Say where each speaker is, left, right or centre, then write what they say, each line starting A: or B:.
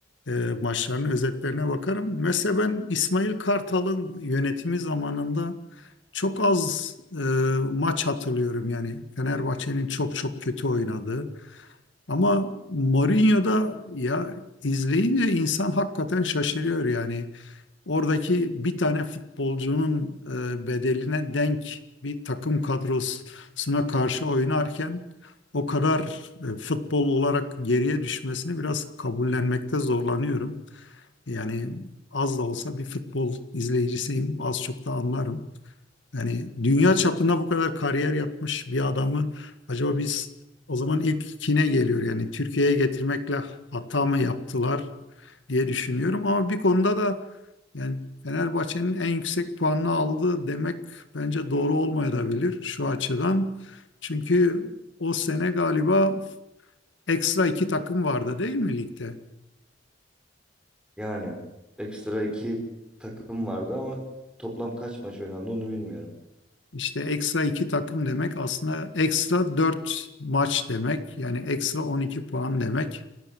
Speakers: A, on the left (about 75°); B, in the centre.
A: e, maçlarının özetlerine bakarım. Mesela ben İsmail Kartal'ın yönetimi zamanında çok az e, maç hatırlıyorum. Yani Fenerbahçe'nin çok çok kötü oynadığı. Ama Mourinho'da ya izleyince insan hakikaten şaşırıyor yani. Oradaki bir tane futbolcunun e, bedeline denk bir takım kadrosuna karşı oynarken o kadar e, futbol olarak geriye düşmesini biraz kabullenmekte zorlanıyorum. Yani az da olsa bir futbol izleyicisiyim, az çok da anlarım. Yani dünya çapında bu kadar kariyer yapmış bir adamı acaba biz o zaman ilk kine geliyor yani Türkiye'ye getirmekle hata mı yaptılar diye düşünüyorum. Ama bir konuda da yani Fenerbahçe'nin en yüksek puanını aldı demek bence doğru olmayabilir şu açıdan. Çünkü o sene galiba ekstra iki takım vardı değil mi ligde?
B: Yani ekstra iki takım vardı ama toplam kaç maç oynandı onu bilmiyorum.
A: İşte ekstra iki takım demek aslında ekstra dört maç demek. Yani ekstra 12 puan demek.